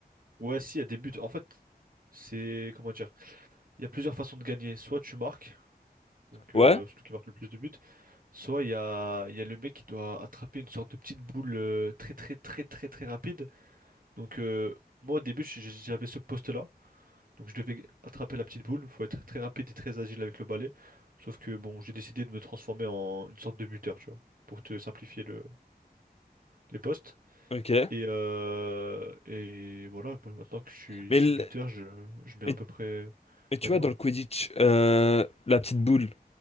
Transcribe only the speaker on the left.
Ouais?
Ok.
Mais,
le-
mais,
mais tu
vois,
dans le Quidditch, euh, la petite boule,